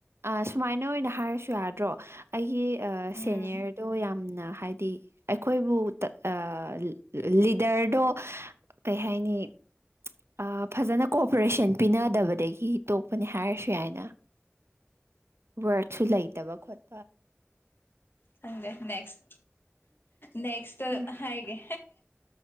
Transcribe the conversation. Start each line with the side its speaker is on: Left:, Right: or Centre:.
Right: ꯑ ꯁꯨꯃꯥꯏꯅ ꯑꯣꯏꯅ ꯍꯥꯏꯔꯁꯨ ꯌꯥꯗ꯭ꯔꯣ ꯑꯩꯒꯤ
Left: ꯎꯝ
Right: ꯁꯦꯅꯤꯌꯔꯗꯣ ꯌꯥꯝꯅ ꯍꯥꯏꯗꯤ ꯑꯩꯈꯣꯏꯕꯨ ꯇ ꯑ ꯂꯤꯗ ꯗꯔꯗꯣ ꯀꯩ ꯍꯥꯏꯥꯅꯤ ꯑ ꯐꯖꯅ ꯀꯣꯑꯣꯄꯔꯦꯁꯟ ꯄꯤꯅꯗꯕꯗꯒꯤ ꯇꯣꯛꯄꯅꯦ ꯍꯥꯏꯔꯁꯨ ꯌꯥꯏꯅ ꯕ꯭ꯔꯣꯠꯁꯨ ꯂꯩꯇꯕ ꯈꯣꯠ
Left: ꯈꯪꯗꯦ ꯅꯦꯛꯁ ꯅꯦꯛꯁꯇ
Right: ꯎꯝ,
Left: ꯍꯥꯏꯒꯦ